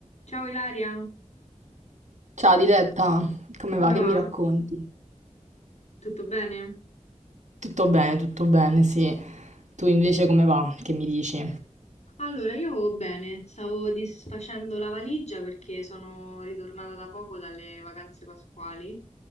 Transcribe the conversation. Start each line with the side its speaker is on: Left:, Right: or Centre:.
Left: Ciao Ilaria,
Right: Ciao Diletta, come va?
Left: come
Right: Che mi
Left: va?
Right: racconti?
Left: Tutto bene?
Right: Tutto bene, tutto bene, sì. Tu invece come va? Che mi dici?
Left: Allora, io bene, stavo disfacendo la valigia perché sono ritornata da poco dalle vacanze pasquali